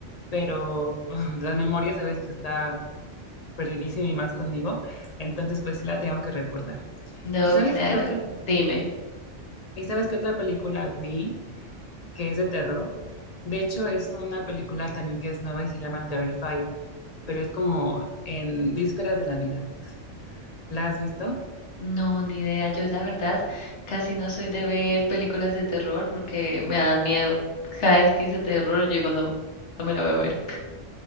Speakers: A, on the left (about 50°); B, on the left (about 70°).
A: pero <laughs> las memorias a veces está perdidísima y más conmigo. Entonces, pues sí la tengo que recordar.
B: No,
A: ¿Y sabes
B: claro,
A: qué otra?
B: dime.
A: ¿Y sabes qué otra película vi? que es de terror. De hecho, es una película también que es nueva y se llama Terrifier, pero es como en vísperas de la vida. ¿La has visto?
B: No, ni idea. Yo la verdad casi no soy de ver películas de terror porque me dan miedo. Cada vez que hice terror, yo digo, no, no me la voy a ver.